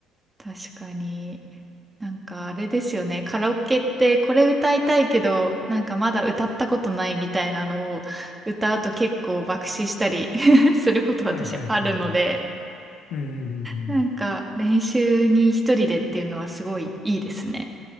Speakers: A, on the right; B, on the left.
A: 確かに。なんかあれですよね。カラオケってこれ歌いたいけど、なんかまだ歌ったことないみたいなのを歌うと結構爆死したり <laughs> すること私あるので、
B: はい、はいはいはいはい。うんうんうんうん。
A: なんか練習に一人でっていうのはすごいいいですね。